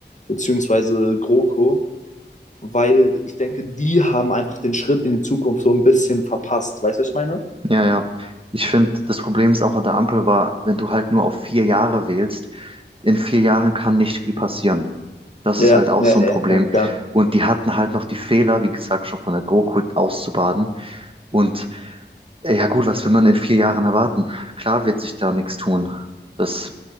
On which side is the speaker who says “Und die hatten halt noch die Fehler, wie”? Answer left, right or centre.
Right